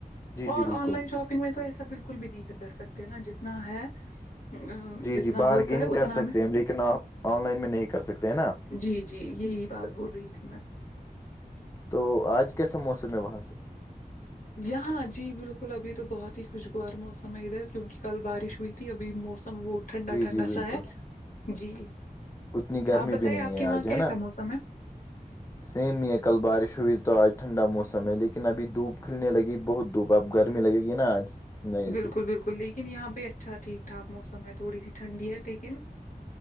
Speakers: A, on the left (about 20°); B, on the left (about 60°).
A: جی
B: اور
A: جی بالکل
B: آن لائن شاپنگ میں تو ایسا بالکل بھی نہیں کر سکتے نا جتنا ہے ام،
A: جی
B: جتنا
A: جی بارگیننگ
B: ہوتا ہے اتنا
A: کر سکتے
B: ہمیں
A: ہیں ہم لیکن آپ آن لائن میں نہیں کر سکتے ہیں نا
B: جی جی یہی بات بول رہی تھی میں
A: تو آج کیسا موسم ہے وہاں سے
B: یہا جی بالکل ابھی تو بہت ہی خوشگوار موسم ہے ادھر کیونکہ کل بارش ہوئی تھی ابھی موسم وہ ٹھنڈا
A: جی
B: ٹھنڈا
A: جی بالکل
B: سا ہے جی
A: اتنی گرمی
B: آپ بتائیے
A: بھی نہیں
B: آپ
A: ہے
B: کے
A: آج
B: وہاں کیسا
A: ہے نا
B: موسم ہے
A: سیم ہی ہے کل بارش ہوئی تو آج ٹھنڈا موسم ہے لیکن ابھی دھوپ کھلنے لگی بہت دھوپ تو اب گرمی لگے گی نا آج نہیں
B: بالکل
A: سے
B: بالکل لیکن یہاں پہ اچھا ٹھیک ٹھاک موسم ہے تھوڑی سی ٹھنڈی ہے لیکن